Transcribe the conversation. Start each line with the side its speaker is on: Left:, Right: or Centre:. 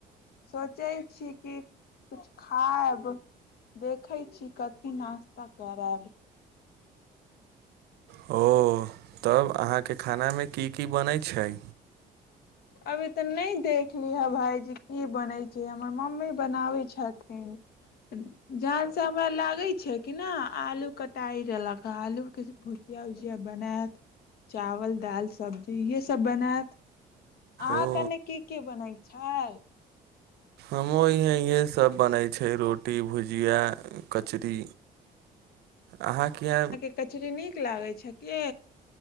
Left: सोचै छी कि कुछ खायब। देखै छी कथी नास्ता करायब।
Right: ओ तब अहाँके खानामे की की बनैत छै
Left: अभी तऽ नहि देख लीहे भाायजी की बनै छै हमर मम्मी बनाबै छथिन ह जान से हमरा लागे छै कि न आलू कटाइ रहलक आलू के यजिया उजिया बनायत चावल दाल सब्जी ये सब बनायत अहाँ
Right: ओ
Left: कनि की की बनै छै
Right: हमहुँ इहे इहे सब बनय छै रोटी भुजिया कचरी अहाँके
Left: कचरी नीक लागै छै क